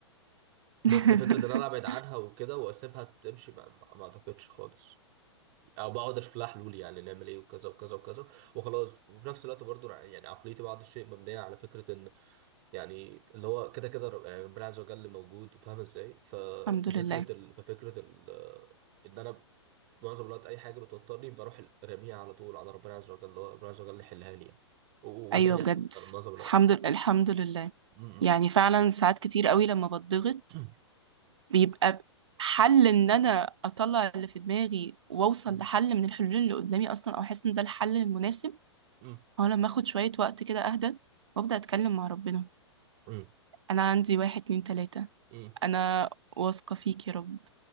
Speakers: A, on the right (about 40°); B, on the right (about 70°).
A: بس
B: <laughs>
A: فكره ان انا ابعد عنها وكده واسيبها تمشي ما, ما ما اعتقدش خالص او بقعد اشوف لها حلول يعني نعمل ايه وكذا وكذا وكذا وخلاص وفي نفس الوقت برضو يعني عقليتي بعض الشيء مبنيه على فكره يعني اللي هو كده كده رب- يعني ربنا عز وجل موجود فاهم ازاي ف...
B: الحمد
A: ففكره
B: لله
A: ال... ففكره ال... ان انا معظم الوقت اي حاجه بتوترني بروح راميها على طول على ربنا عز وجل هو ربنا عز وجل يحلها لي يعني و...
B: ايوه
A: وده بيحصل
B: بجد
A: فعلا معظم الوقت
B: الحمد لله الحمد لله
A: م- م.
B: يعني فعلا ساعات كتير قوي لما بتضغط
A: <coughs>
B: بيبقى حل ان انا اطلع اللي في دماغي واوصل
A: م-
B: لحل من الحلول اللي قدامي اصلا او احس ان ده الحل المناسب
A: م-
B: هو لما اخد شوية وقت كده اهدى وابدا اتكلم مع ربنا
A: م-
B: انا عندي واحد اتنين تلاتة
A: م-
B: انا واثقة فيك يا رب